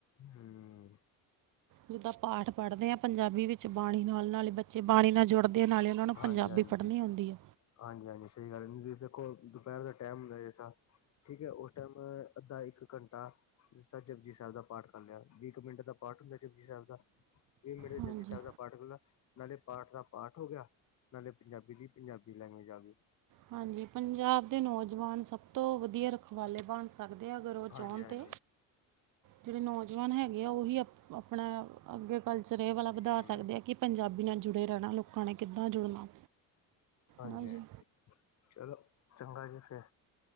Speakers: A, on the left; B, on the right.
A: ਹੂੰ।
B: ਜਿੱਦਾਂ ਪਾਠ ਪੜ੍ਹਦੇ ਆ ਪੰਜਾਬੀ ਵਿੱਚ ਬਾਣੀ ਨਾਲ ਨਾਲ ਹੀ ਬੱਚੇ ਬਾਣੀ ਨਾਲ ਜੁੜ ਪੜ੍ਹ ਦੇ ਨਾਲ ਹੀ ਉਹਨਾਂ ਨੂੰ
A: ਹਾਂਜੀ
B: ਪੰਜਾਬੀ
A: ਹਾਂਜੀ
B: ਪੜ੍ਹਨੀ ਆਂਦੀ ਆ।
A: ਹਾਂਜੀ ਹਾਂਜੀ, ਸਹੀ ਗੱਲ ਐ, ਦੇਖੋ ਦੁਪਹਿਰ ਦਾ ਟਾਈਮ ਹੁੰਦਾ ਜੈਸਾ। ਠੀਕ ਐ, ਉਸ ਟਾਈਮ ਅੱਧਾ ਇੱਕ ਘੰਟਾ ਜਿਸ ਤਰ੍ਹਾਂ ਜਪੁਜੀ ਸਾਹਿਬ ਦਾ ਪਾਠ ਕਰ ਲਿਆ, ਵੀਹ ਕਾ ਮਿੰਟ ਦਾ ਪਾਠ ਹੁੰਦਾ ਜਪੁਜੀ ਸਾਹਿਬ ਦਾ। ਵੀਹ ਮਿੰਟ ਦਾ
B: ਹਾਂਜੀ
A: ਜਪੁਜੀ ਸਾਹਿਬ ਦਾ ਪਾਠ ਕਰ ਲਿਆ ਨਾਲੇ ਪਾਠ ਦਾ ਪਾਠ ਹੋ ਗਿਆ, ਨਾਲੇ ਪੰਜਾਬੀ ਲਈ ਪੰਜਾਬੀ ਲੈਂਗਏਜ ਆ ਗਈ
B: ਹਾਂਜੀ, ਪੰਜਾਬ ਦੇ ਨੌਜਵਾਨ ਸਭ ਤੋਂ ਵਧੀਆ ਰੱਖਵਾਲੇ ਬਣ ਸਕ ਦੇ ਆ, ਅਗਰ ਉਹ ਚਾਹੋਣ
A: ਹਾਂਜੀ ਹਾਂਜੀ
B: ਤੇ। ਜਿਹੜੇ ਨੌਜਵਾਨ ਹੈਗੇ ਆ, ਉਹੀ ਆਪਣਾ ਅੱਗੇ ਕਲਚਰ ਇਹ ਵਾਲਾ ਵਧਾ
A: ਹਮ
B: ਸਕਦੇ ਆ, ਕਿ ਪੰਜਾਬੀ ਨਾਲ ਜੁੜੇ ਰਹਿਣਾ, ਲੋਕਾਂ ਨੇ ਕਿੱਦਾਂ ਜੁੜਨਾ।
A: ਹਾਂਜੀ
B: ਨਾ ਜੀ
A: ਹਜੀ, ਚਲੋਂ ਚੰਗਾ ਜੀ ਫੇ